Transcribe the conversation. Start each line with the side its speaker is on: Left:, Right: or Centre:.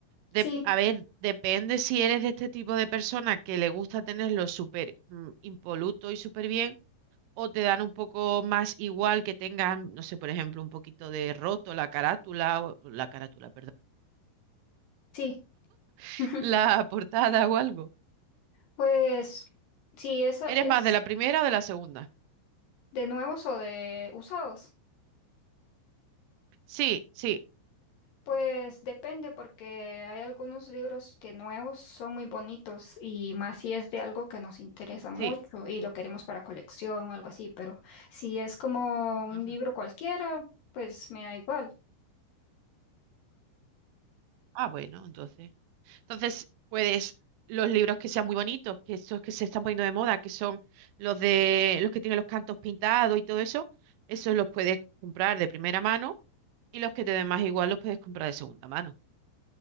Right: De-
Left: Sí,
Right: a ver, depende si eres de este tipo de persona que le gusta tenerlo súper mm, impoluto y súper bien, o te dan un poco más igual que tengan, no sé, por ejemplo, un poquito de roto la carátula, o, la carátula, perdón,
Left: sí. <laughs>
Right: <laughs> la portada o algo.
Left: Pues si esa
Right: ¿Eres
Left: es
Right: más de la primera o de la segunda?
Left: de nuevos o de usados,
Right: Sí, sí,
Left: pues depende porque hay algunos libros que nuevos son muy bonitos y más si es de algo que nos interesa mucho
Right: sí.
Left: y lo queremos para colección o algo así, pero si es como un
Right: Ujú.
Left: libro cualquiera, pues me da igual.
Right: Ah, bueno, entonces. Entonces, puedes los libros que sean muy bonitos, que esos que se están poniendo de moda, que son los de los que tienen los cantos pintados y todo eso, esos los puedes comprar de primera mano y los que te den más igual los puedes comprar de segunda mano.